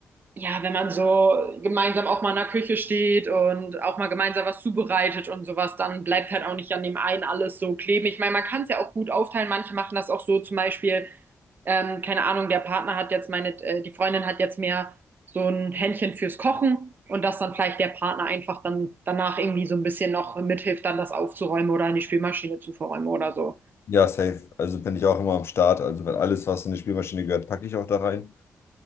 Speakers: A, on the right; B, on the left.
A: Ja, wenn man so gemeinsam auch mal in der Küche steht und auch mal gemeinsam was zubereitet und sowas, dann bleibt halt auch nicht an dem einen alles so kleben. Ich meine, man kann es ja auch gut aufteilen. Manche machen das auch so, zum Beispiel, ähm, keine Ahnung, der Partner hat jetzt meine, äh, die Freundin hat jetzt mehr so ein Händchen fürs Kochen und dass dann vielleicht der Partner einfach dann danach irgendwie so ein bisschen noch mithilft, dann das aufzuräumen oder in die Spülmaschine zu verräumen oder so.
B: Ja, safe, also bin ich auch immer am Start, also wenn alles, was in die Spielmaschine gehört, packe ich auch da rein.